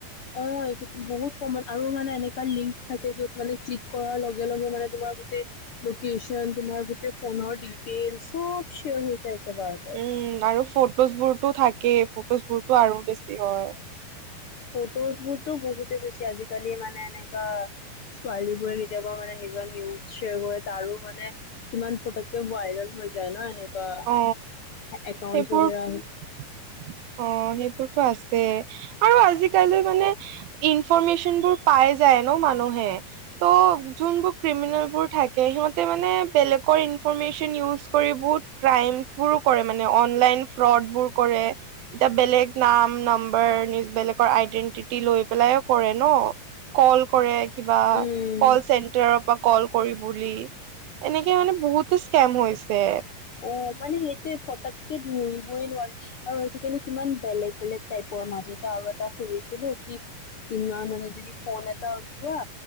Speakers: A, on the left (about 55°); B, on the right (about 80°).
A: অ', বহুত কমন আৰু মানে এনেকা লিংকচ থাকে যত মানে ক্লিক কৰাৰ লগে লগে মানে তোমাৰ গোটেই লোকেশ্যন তোমাৰ গোটেই ফনৰ ডিটেইল চব শেয়াৰ হৈ যায়। একেবাৰতে
B: উম, আৰু ফটোজ বোৰটো থাকেই ফটোজ বোৰটো আৰু বেছি হয়।
A: ফটোচ বোৰতো বহুতে হৈছে আজিকালি মানে এনেকা ছোৱালীবোৰে কেতিয়াবা মানে নিজৰ নিউডজ শ্বেয়াৰ কৰে তাৰো মানে কিমান ফটককে ভাইৰেল হৈ যায় ন' এনেকুৱা
B: অ
A: একাউণ্টছ
B: সেইবোৰ
A: ৱাগেৰা
B: <inaudible> অ', সেইবোৰতো আছে আৰু আজিকালি মানে ইনফৰ্মেচন বোৰ পাই যায় ন' মানুহে। ত' যোনবোৰ ক্ৰিমিনেলবোৰ থাকে সিহঁতে মানে বেলেগ ইনফৰ্মেচন ইউজ কৰি বহুত ক্ৰাইমচ বোৰো কৰে মানে অনলাইন ফ্ৰড বোৰ কৰে। এতিয়া বেলেগ নাম নম্বৰ নি বেলেগৰ আইডেন্টিটি লৈ পেলাই কৰে ন'। কল কৰে। কিবা
A: উম
B: কল চেন্টাৰৰ পৰা কল কৰি বুলি, এনেকে মানে বহুতে স্কেম হৈছে।
A: অ', মানে সেইটোৱে ফটককে ধৰিবই নোৱাৰি। আৰু আজিকালি কিমান বেলেগ বেলেগ টাইপৰ মাজতে আৰু এটা শুনিছিলোঁ কি তোমাৰ মানে যদি ফোন এটা উঠোৱা